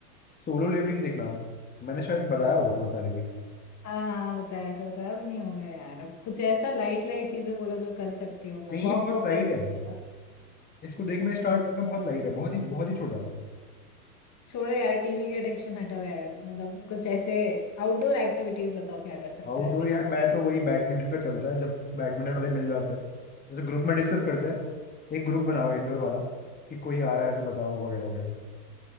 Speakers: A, on the left; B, on the left.
A: सोलो लेवलिंग देखना मैंने शायद बताया होगा तुम्हें पहले भी
B: हाँ हाँ बताया तो बताया अब नहीं होगा यार अब कुछ ऐसा लाइट लाइट चीजें बोलो जो कर सकती हो मैं
A: नहीं
B: वॉक
A: ये बहुत
B: वॉक
A: लाइट
B: करना
A: है इसको देखना
B: अच्छा
A: स्टार्ट करना बहुत लाइट है बहुत ही बहुत ही छोटा है
B: छोड़ो यार टीवी के एडिक्शन हटाओ यार मतलब कुछ ऐसे आउटडोर एक्टिविटीज बताओ क्या कर सकते
A: आउटडोर
B: हैं वीकेंड्स
A: यार मैं तो वही बैडमिंटन का चलता है जब बैडमिंटन वाले मिल जाते हैं जैसे ग्रुप में डिस्कस करते हैं एक ग्रुप बनाओ इंडोर वाला कि कोई आ रहा है तो बताओ वगैरह वगैरह